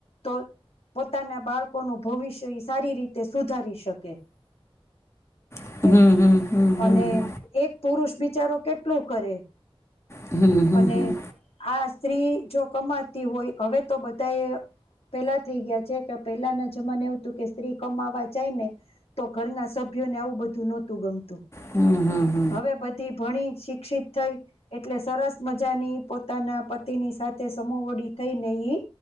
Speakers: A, on the left; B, on the left.
A: તો, પોતાના બાળકોનું ભવિષ્ય ઈ સારી રીતે સુધારી શકે.
B: હમ
A: એમ
B: હમ હમ હમ
A: અને
B: હમ
A: એક પુરુષ બિચારો કેટલું કરે?
B: હમ્મ હમ્મ
A: અને
B: હમ્મ.
A: આ સ્ત્રી જો કમાતી હોય હવે તો બધા એ પેલા થઈ ગયા છે કે પહેલાના જમાને એવું હતું કે સ્ત્રી કમાવા જાય ને તો ઘરના સભ્યોને આવું બધું નોતું ગમતું.
B: હમ હમ
A: હવે બધી ભણી શિક્ષિત થઇ. એટલે સરસ મજાની પોત પોતાના પતિની સાથે સમૂહવડી થઈ ને ઈ